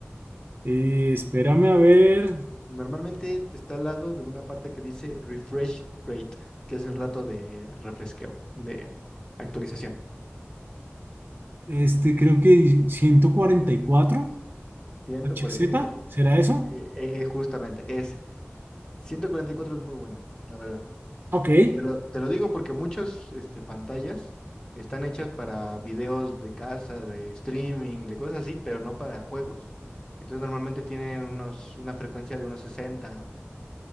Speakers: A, on the right; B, on the left.
A: eh, espérame a ver,
B: Normalmente está al lado de una parte que dice refresh rate, que es el rato de refresqueo, de actualización.
A: este creo que 144
B: 144.
A: HZ, ¿será eso?
B: Eh, eh, justamente, es ciento cuarenta y cuatro es muy bueno, la verdad.
A: Ok,
B: Te lo, te lo digo porque muchas este, pantallas están hechas para videos de casa, de streaming, de cosas así, pero no para juegos. Entonces normalmente tienen unos, una frecuencia de unos 60